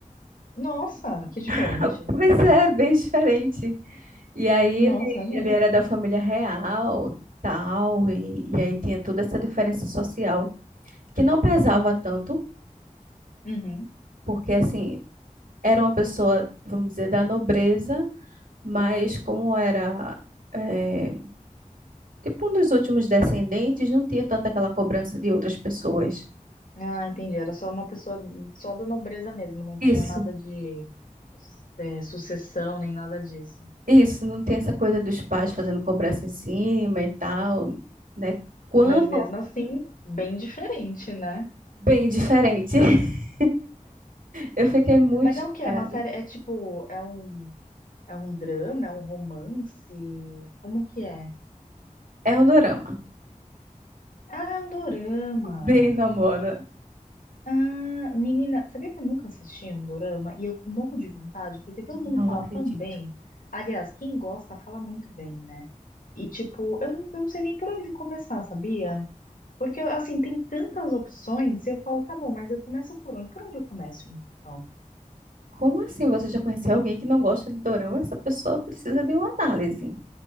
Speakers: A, on the left (about 75°); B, on the right (about 85°).
A: Nossa, que diferente.
B: <laughs> Pois é, bem diferente. E aí
A: Nossa,
B: ele,
A: é mesmo.
B: ele era da família real, tal, e, e aí tinha toda essa diferença social que não pesava tanto,
A: Uhum.
B: porque assim, era uma pessoa, vamos dizer, da nobreza, mas como era, eh, Tipo, um dos últimos descendentes não tinha tanta aquela cobrança de outras pessoas.
A: Ah, entendi. Era só uma pessoa só da nobreza mesmo, não
B: Isso,
A: tinha nada de é, sucessão nem nada disso.
B: isso, não tem essa coisa dos pais fazendo cobrança em cima e tal, né? Quando,
A: Mas mesmo assim, bem diferente, né?
B: bem diferente. <laughs> Eu fiquei muito
A: Mas é
B: chocada.
A: o que É uma série? É tipo, é um, é um drama, é um romance? Como que é?
B: É um dorama.
A: Ah, é um dorama.
B: Bem na moda.
A: Ah, Menina, sabia que eu nunca assisti um dorama e eu morro de vontade porque todo mundo
B: Não
A: fala
B: acredito.
A: tão bem. Aliás, quem gosta fala muito bem, né? E tipo, eu, não eu não sei nem por onde começar, sabia? Porque assim, tem tantas opções, eu falo, tá bom, mas eu começo por onde? Por onde eu começo então?
B: Como assim você já conheceu alguém que não gosta de dorama? Essa pessoa precisa de uma análise.